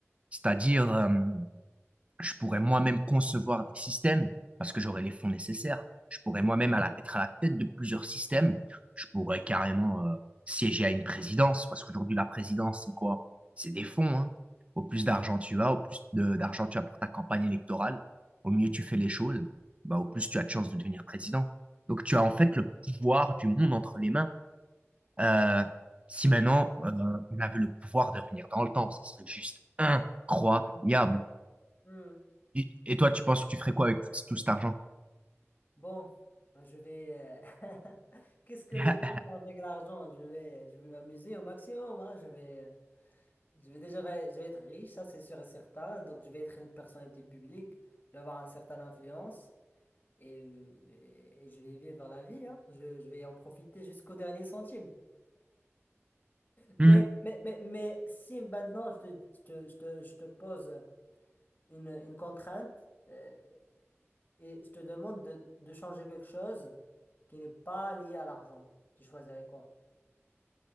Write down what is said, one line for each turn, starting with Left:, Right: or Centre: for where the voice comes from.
Right: c'est-à-dire euh, je pourrais moi-même concevoir des systèmes parce que j'aurais les fonds nécessaires. Je pourrais moi-même à la- être à la tête de plusieurs systèmes. Je pourrais
Left: mhm,
Right: carrément euh, siéger à une présidence parce qu'aujourd'hui, la présidence, c'est quoi? C'est des fonds, hein. Au plus d'argent tu as, au plus de- d'argent tu as pour ta campagne électorale, au mieux tu fais les choses, bah, au plus tu as de chances de devenir président. Donc tu as en fait le pouvoir du monde entre les mains. Euh, si maintenant euh, on avait le pouvoir de revenir dans le temps, ce serait juste incroyable.
Left: mhm.
Right: Et, et toi, tu penses que tu ferais quoi avec tout, tout cet argent?
Left: Bon, bah, je vais. euh, <laughs> Qu'est-ce que
Right: <laughs>
Left: les gens font avec l'argent? Je vais, je vais m'amuser au maximum. hein. Je vais, je vais déjà, je vais être riche, ça c'est sûr et certain. Donc je vais être une personnalité publique. Je vais avoir une certaine influence et, euh, et je vais vivre la vie. hein. Je, je vais en profiter jusqu'au dernier centime. Mais,
Right: Hmm,
Left: mais, mais, mais si maintenant je te, je te, je te, je te pose une, une contrainte. euh, et je te demande de, de changer quelque chose qui n'est pas lié à l'argent. Tu choisirais quoi?